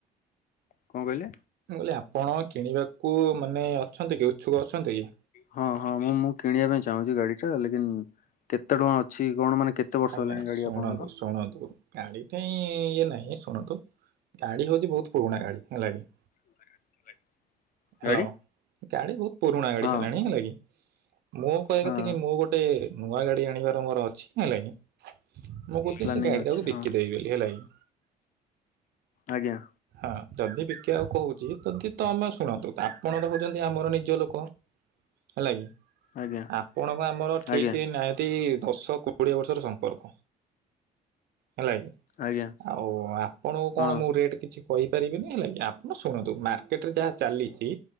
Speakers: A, on the left; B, on the right.
A: କଣ କହିଲେ
B: କହିଲେ ଆପଣ କିଣିବାକୁ ମାନେ ଅଛନ୍ତି କି ଉତ୍ସୁକ ଅଛନ୍ତି କି?
A: ହଁ ହଁ ମୁଁ ମୁଁ କିଣିବା ପାଇଁ ଚାହୁଁଚି ଗାଡି ଟା, ଲେକିନ କେତେ ଟଙ୍କା ଅଛି କଣ ମାନେ କେତେ ବର୍ଷ
B: ଆଜ୍ଞା
A: ହେଲାଣି ଗାଡି
B: ଶୁଣନ୍ତୁ
A: ଆପଣଙ୍କର
B: ଶୁଣନ୍ତୁ ଗାଡି କାଇଁ ଇଏ ନାହିଁ ଶୁଣନ୍ତୁ ଗାଡି ହଉଚି ବହୁତ ପୁରୁଣା ଗାଡି ହେଲାକି।
A: <inaudible> ଗାଡି
B: ହାଲୋ ଗାଡି ବହୁତ ପୁରୁଣା ଗାଡି
A: ହଁ
B: ହେଲାଣି ହେଲା କିି। ମୋ କହିବା
A: ହଁ।
B: କଥାକି ମୋ ଗୋଟେ ନୂଆ ଗାଡି ଆଣିବାର ମୋର ଅଛି ହେଲା କି, ମୁଁ କହୁଥିଲି
A: ପ୍ଲାନିଂ
B: ସେ ଗାଡି
A: ଅଛି
B: କାହାକୁ ବିକିଦେବି
A: ହଁ
B: ବୋଲି ହେଲା କି।
A: ଆଜ୍ଞା।
B: ହଁ ଯଦି ବିକିବାକୁ କହୁଚି ଯଦି ତମେ ଶୁଣନ୍ତୁ ଆପଣ ତ ହଉଚନ୍ତି ଆମର ନିଜ ଲୋକ ହେଲା କି।
A: ଆଜ୍ଞା
B: ଆପଣଙ୍କ ଆମର ଠିକ
A: ଆଜ୍ଞା
B: ନିହାତି ଦଶ ଶ କୋଡ଼ିଏ ବର୍ଷର ସମ୍ପର୍କ। ହେଲା କିି
A: ଆଜ୍ଞା
B: ଆଉ ଆପଣଙ୍କୁ କଣ
A: ହଁ
B: ମୁଁ ରେଟ୍ କିଛି କହିପାରିବିନି ହେଲା କି ଆପଣ ଶୁଣନ୍ତୁ ମାର୍କେଟରେ ଯାହା ଚାଲିଚି